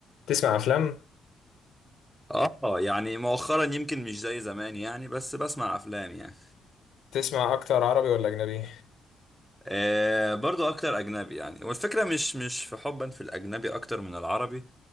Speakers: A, on the left; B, in the centre.
A: تسمع افلام
B: اه يعني مؤخرا يمكن مش زي زمان يعني بس بسمع افلام يعني
A: تسمع اكتر عربي ولا اجنبي
B: آه برضو اكتر اجنبي يعني والفكره مش مش في حبا في الاجنبي اكتر من العربي